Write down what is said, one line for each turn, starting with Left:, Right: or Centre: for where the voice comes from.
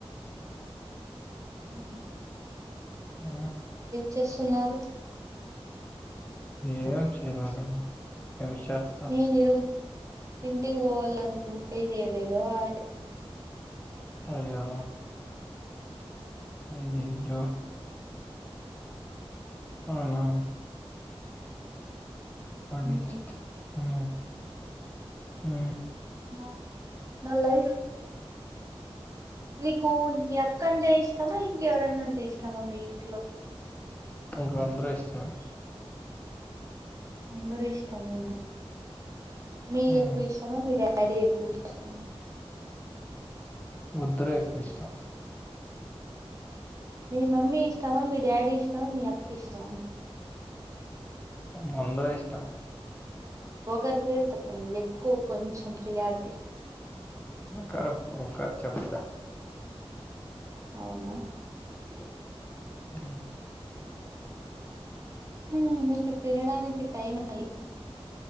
Right: ఉ
Left: ఆ
Right: చేస్తున్నారు
Left: ఏం చేర్వరమ్మా ఏ శేస్తా
Right: నేను ఈరోజు ఇంటికి పోవాలనుకుంటే ఏదేదో అయ్
Left: అయ్యో అయ్యయ్యో అవునా పండిచ్
Right: ఉ
Left: ఆ ఉ
Right: న నా లైఫ్ నీకు మీ అక్కంటే ఇష్టమా ఇంకెవరన్నంటే ఇష్టమా మీ ఇంట్లో
Left: నాకు అందరు ఇష్టమే
Right: అందరు ఇష్టమేనా మీ
Left: హ్మ్.
Right: ఎక్కు ఇష్టమా మీ డాడీ ఎక్కువ ఇష్టమా
Left: ముద్ర ఎక్కవ ఇష్టం
Right: మీ మమ్మీ ఇష్టమా, మీ డాడీ ఇష్టమా, మీ అక్క ఇష్టమా
Left: అమ్ అందరం ఇష్టం
Right: ఒకరి పేరు చెప్పండి ఎక్కువ కొంచెం ప్రియారిటీ
Left: ఒకక్క ఒకర్ చెప్పలేం
Right: అవున
Left: ఉ
Right: ఉ మీక్ తినడానికి టైమ్ టైమ్